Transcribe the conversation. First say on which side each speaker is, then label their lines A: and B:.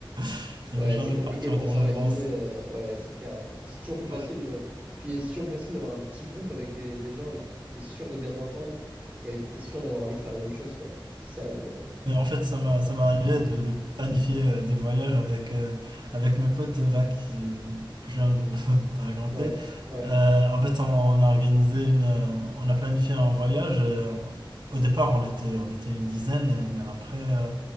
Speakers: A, on the right (about 60°); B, on the right (about 15°).
A: <laughs> ça
B: Ouais,
A: va jamais
B: c'est compliqué
A: partir
B: pour
A: dans
B: s'organiser,
A: le vent.
B: euh, ouais, c'est clair. C'est toujours plus
A: Ouais.
B: facile, euh, puis c'est toujours plus facile d'avoir un petit groupe avec les, des gens avec qui t'es sûr de bien t'entendre et avec qui t'es sûr d'avoir envie de faire les mêmes choses, quoi. C'est ça le...
A: Et en fait, ça m'a, ça m'est arrivé de, de planifier euh, des voyages avec, euh, avec mes potes euh, là qui, euh, que je viens de <laughs> te raconter.
B: Ouais, ouais,
A: Euh, en fait, on, on a organisé une, euh, on a planifié un voyage. et on- au départ, on était, on était une dizaine, et- mais après, euh,